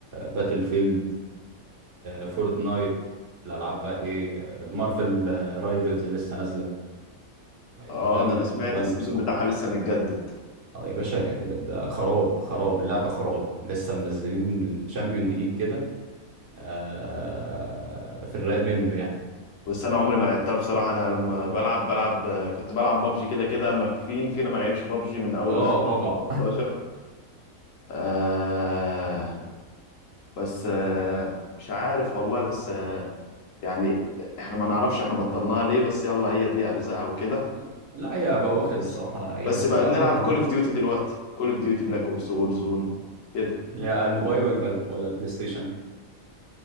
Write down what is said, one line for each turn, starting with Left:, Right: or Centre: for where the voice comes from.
Right: باتل فيلد فورتنايت الالعاب بقى ايه مارفل رايفلز اللي لسه نازله انت
Left: اه
Right: فاهم
Left: ده أنا
Right: الالعاب
Left: سمعت
Right: الاونلاين
Left: السيزون
Right: دي بصراحه
Left: بتاعها لسه متجدد
Right: اه يا باشا كان- ده, ده خراب خراب اللعبه خراب لسه منزلين شامبيون جديد كده آه، في الرايق منه يعني
Left: بس انا عمري ما لعبتها بصراحه انا لما بلعب بلعب آه، كنت بلعب بابجي كده كده ما فين فينا ما لعبش بابجي من اول
Right: اه
Left: <laughs> 2018
Right: طبعا
Left: آه بس آه مش عارف والله بس آه يعني احنا ما نعرفش احنا بطلناها ليه بس يلا هي دي ارزاقها وكده
Right: <laughs> لا هي بواخد
Left: بس
Right: بصراحه انا يعني
Left: بس
Right: كنت
Left: بقى
Right: بلعبها
Left: بنلعب
Right: زمان
Left: كول اوف ديوتي دلوقتي كول اوف ديوتي بلاك اوبس وور زون كده
Right: اللي هي الموبايل ولا بل- ولا البلاي ستيشن